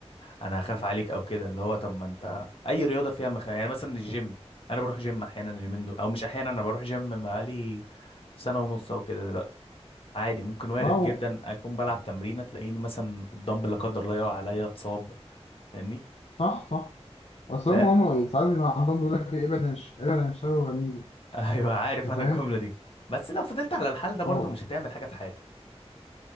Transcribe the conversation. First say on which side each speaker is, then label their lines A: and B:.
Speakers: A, on the left; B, on the left.
A: انا هخاف عليك او كده اللي هو طب ما انت اي رياضه فيها مخاوف يعني مثلا الجيم انا بروح جيم احيانا اليومين دول او مش احيانا انا بروح جيم بقالي سنه ونص او كده دلوقتي عادي ممكن وارد
B: اه
A: جدا اكون بلعب تمرينه تلاقيني مثلا الدمبل لا قدر الله يقع عليا اتصاب فاهمني
B: صح صح اصل
A: ف
B: هم
A: <laughs>
B: هم ساعات بيبقى عندهم بيقول لك إيه، ابعد عن الش- ابعد عن الشر وغني له
A: ايوه عارف
B: انت
A: انا
B: فاهم؟
A: الجمله دي بس لو فضلت على الحال ده برضو
B: اه
A: مش هتعمل حاجه في حياتك